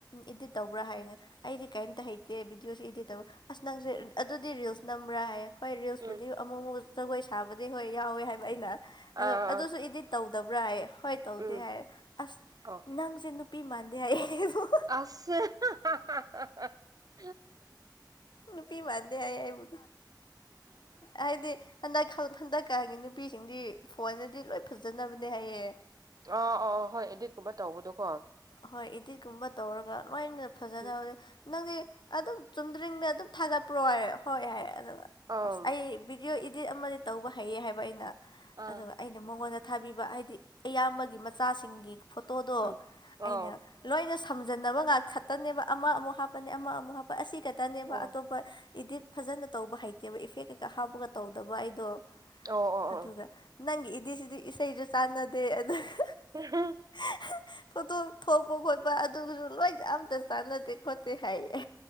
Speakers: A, on the left; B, on the right.
A: ꯏꯗꯤꯠ ꯇꯧꯕ꯭ꯔꯥ ꯍꯥꯏꯌꯦ ꯑꯩꯗꯤ ꯀꯩꯝꯇ ꯍꯩꯇꯦ ꯚꯗꯤꯑꯣꯁꯦ ꯏꯗꯤꯦꯠ ꯇꯕ ꯑꯁ ꯅꯪꯁꯦ ꯑꯗꯨꯗꯤ ꯔꯤꯜꯁ ꯅꯝꯕ꯭ꯔꯥ ꯍꯥꯏꯌꯦ ꯍꯣꯏ ꯔꯤꯜꯁꯄꯨꯗꯤ
B: ꯎꯝ
A: ꯑꯃꯨꯛ ꯑꯃꯨꯛ ꯖꯒꯣꯏ ꯁꯥꯕꯗꯤ ꯍꯣꯏ ꯌꯥꯎꯋꯦ ꯍꯥꯏꯕ ꯑꯩꯅ ꯑ
B: ꯑꯥ
A: ꯑꯗꯨꯁꯨ
B: ꯑꯥ
A: ꯏꯗꯤꯠ ꯇꯧꯗꯕ꯭ꯔꯥ ꯍꯥꯏꯌꯦ ꯍꯣꯏ ꯇꯧꯗꯦ
B: ꯎꯝ
A: ꯍꯥꯏꯔ ꯑꯁ
B: ꯑꯣ
A: ꯅꯪꯁꯦ ꯅꯨ ꯅꯨꯄꯤ ꯃꯥꯥꯟꯗꯦ ꯍꯥꯏꯌꯦ ꯑꯩꯕꯨ
B: ꯑꯁ <unintelligible>
A: ꯅꯨꯄꯤ ꯃꯥꯟꯗꯦ ꯍꯥꯏꯌꯦ ꯑꯩꯕꯨ ꯍꯥꯏꯗꯤ ꯍꯟꯗꯛ ꯍꯟꯗꯛꯀꯒꯤ ꯅꯨꯄꯤꯁꯤꯡꯗꯤ ꯐꯣꯟꯅꯗꯤ ꯂꯣꯏ ꯐꯖꯅꯕꯅꯦ ꯍꯥꯏꯌꯦꯦ
B: ꯑꯥ ꯑ ꯑ ꯍꯣꯏ ꯑꯦꯗꯤꯠꯀꯨꯝꯕ ꯇꯧꯕꯗꯣꯀꯣ
A: ꯍꯣꯏ ꯏꯗꯤꯠꯀꯨꯝꯕ ꯇꯧꯔꯒ ꯂꯣꯏꯅ ꯐꯖꯅ
B: ꯎꯝ
A: ꯍꯧ ꯅꯪꯗꯤ ꯑꯗꯨꯝ ꯆꯨꯝꯗ꯭ꯔꯤꯡꯗ ꯑꯗꯨꯝ ꯊꯥꯒꯠꯄ꯭ꯔꯣ ꯍꯥꯏ ꯍꯣꯏ ꯍꯥꯏ ꯑꯗꯨꯒ
B: ꯑꯥ
A: ꯑꯁ ꯑꯩ ꯕꯤꯤꯗꯤꯑꯣ ꯏꯗꯤꯠ ꯑꯃꯗꯤ ꯇꯧꯕ ꯍꯩꯌꯦ ꯍꯥꯏꯕ ꯑꯩꯅ
B: ꯑꯥ
A: ꯑꯗꯨꯒ ꯑꯩꯅ ꯃꯉꯣꯟꯗ ꯊꯥꯕꯤꯕ ꯍꯥꯏꯗꯤ ꯑꯌꯥꯝꯕꯒꯤ ꯃꯆꯥꯁꯤꯡꯒꯤ ꯐꯣꯇꯣꯗꯣ
B: ꯎꯝ
A: ꯑꯩꯅ
B: ꯑꯥꯎ
A: ꯂꯣꯏꯅ ꯁꯝꯖꯟꯅꯕ ꯉꯥꯛ ꯈꯛꯇꯅꯦꯕ ꯑꯃ ꯑꯃꯨꯛ ꯍꯥꯞꯄꯅꯦ ꯑꯃ ꯑꯃꯨꯛ ꯍꯥ ꯑꯁꯤ ꯈꯛꯇꯅꯦꯕ
B: ꯑꯣ
A: ꯑꯇꯣꯞꯄ ꯏꯗꯤꯠ ꯐꯖꯅ ꯇꯧꯕ ꯍꯩꯇꯦꯕ ꯏꯐꯦꯛ ꯀꯩꯀꯥ ꯍꯥꯞꯄꯒ ꯇꯧꯗꯕ ꯑꯩꯗꯣ
B: ꯑꯣ ꯑꯣ
A: ꯑꯗꯨꯒ
B: ꯑꯣ
A: ꯅꯪꯒꯤ ꯏꯗꯤꯠꯁꯤꯗꯤ ꯏꯁꯩꯁꯨ ꯆꯥꯟꯅꯗꯦ ꯑꯗꯨꯒ
B: <unintelligible>
A: <unintelligible> ꯊꯣꯛꯄ ꯈꯣꯠꯄ ꯑꯗꯨꯕꯨꯁꯨ ꯂꯣꯏꯅ ꯑꯝꯇ ꯆꯥꯟꯅꯗꯦ ꯈꯣꯠꯇꯦ ꯍꯥꯏꯌꯦ